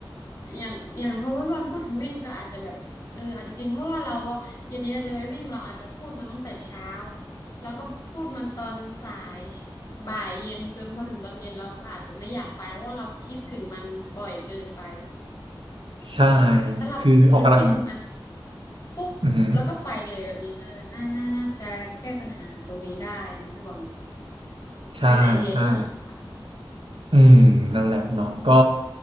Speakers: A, on the left (about 35°); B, on the right (about 80°).
A: อย่างอย่างพอพี่บอลพูดถึงวิ่งก็อาจจะแบบเอออาจจะจริงเพราะว่าเราอะเย็นนี้เราจะไปวิ่งเราอาจจะพูดมันตั้งแต่เช้าแล้วก็พูดมันตอนสายบ่ายเย็นจนพอถึงตอนเย็นเราก็อาจจะไม่อยากไปเพราะว่าเราคิดถึงมันบ่อยเกินไป
B: ใช่
A: ถ้าเราแบบเออคิดถึงมัน
B: คือออกกำลัง
A: ปุ๊บแล้วก็ไปเลยแบบนี้เออน่าน่าน่าจะแก้ปัญหาตรงนี้ได้นะพี่บอล
B: อือหือใช่ใช่
A: เป็นไอเดียที่ดีค่ะ
B: อืมนั่นแหละเนาะก็